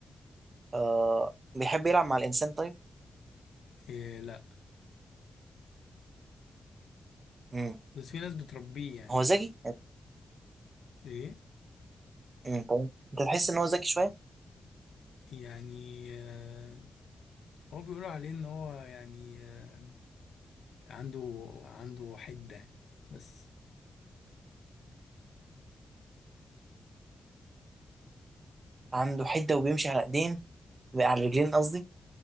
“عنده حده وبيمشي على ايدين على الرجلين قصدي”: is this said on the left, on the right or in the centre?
Right